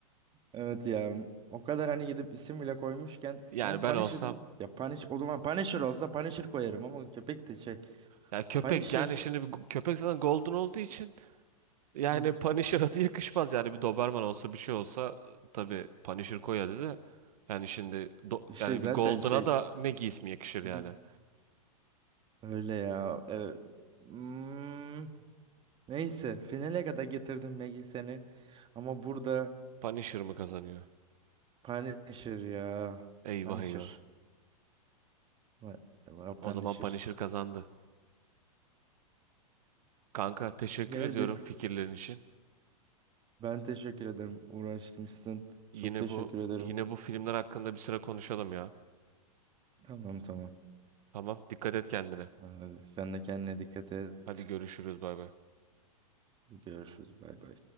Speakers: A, on the right (about 25°); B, on the right (about 75°).
A: evet ya o kadar hani gidip isim bile koymuşken
B: Yani
A: ama Punisher
B: ben olsam
A: ya Punisher o zaman Punisher olsa Punisher koyarım ama köpek de şey
B: ya köpek
A: Punisher
B: yani şimdi bu köpek zaten golden olduğu için Yani
A: Hı hı.
B: Punisher adı yakışmaz yani bir Doberman olsa bir şey olsa tabii Punisher koy adı da yani şimdi do-
A: işte
B: yani
A: zaten
B: bir Golden'a
A: şey
B: da Maggie ismi yakışır
A: Hı
B: yani.
A: hı. öyle ya evet. Hmm, neyse finale kadar getirdim Maggie seni ama burada
B: Punisher mı kazanıyor?
A: Punisher ya
B: Eyvah
A: Punisher
B: eyvah.
A: Vay Allah
B: O
A: Punisher
B: zaman Punisher kazandı. Kanka teşekkür
A: gel
B: ediyorum
A: bir tık
B: fikirlerin için.
A: Ben teşekkür ederim. Uğraşmışsın.
B: Yine
A: Çok teşekkür
B: bu
A: ederim.
B: yine bu filmler hakkında bir sıra konuşalım ya.
A: Tamam tamam.
B: Tamam dikkat et kendine.
A: Ee, Sen de kendine dikkat et.
B: Hadi görüşürüz bay bay.
A: Görüşürüz. Bay bay.